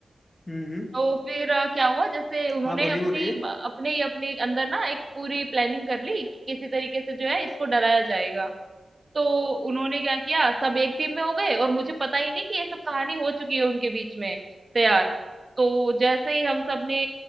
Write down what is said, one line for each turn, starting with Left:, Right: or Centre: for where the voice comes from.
Left: हम्म हम्म,
Right: तो फिर अ, क्या हुआ जैसे उन्होंने
Left: हाँ बोलिए
Right: अपनी
Left: बोलिए
Right: ब- अपने ही अपने अंदर ना एक पूरी प्लानिंग कर ली कि किसी तरीके से जो है इसको डराया जाएगा तो उन्होंने क्या किया सब एक टीम में हो गए और मुझे पता ही नहीं कि ये सब कहानी हो चुकी है उनके बीच में तैयार तो जैसे ही हम सब ने